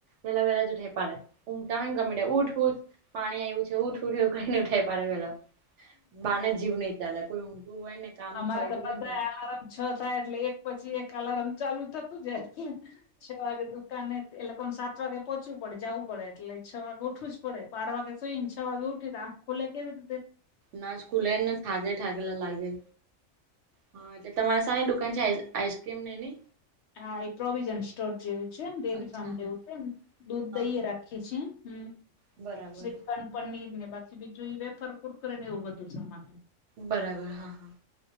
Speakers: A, on the right; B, on the left.
A: વેલાહલા જ ઉ થઈ પ પાડે ઉઊમટાને ગમે ઉઊઠ ઉઠ પાણી આવ્યું છે ઉઠ ઉઠ એવું કઈ નથી. પડ પેલા બારને જીવ નહી ચાલે કોઈ ઊંઘું હોય ને કામ
B: અમારે
A: ફરું હોય
B: બધા
A: ને તો
B: અલાર્મ છ થાય એટલે એક પછી એક અલાર્મ ચાલુ થતું જાય. છ વાગેનુ નહી એ લોકોને સાત વાગે પહોચવું પડે જવું પડે. એટલે છ વાગે ઉઠવું જ પડે. બાર વાગે સુઈ ને છ વાગે ઉઠી ખુલે કેવે તતે.
A: નાચ ખુલેને થે થકેલા લાગે. હા. એટલે તમારે સાા ની દુકાન છે? આઈસક્રીમની અને?
B: હા એ પ્રોવિઝન સ્ટોર જેવું છે. ને ડેરી
A: અચ્છા
B: ફાર્મ જેવું
A: હા
B: છે. દૂધ
A: હા
B: દઈએ રાખી છે. હમ.
A: બરાબર.
B: શ્રીખંડ પનીર ને બાછી બીજું એ વફર પૂર કરે ને એવું બધું સમાન
A: બરાબર હા હા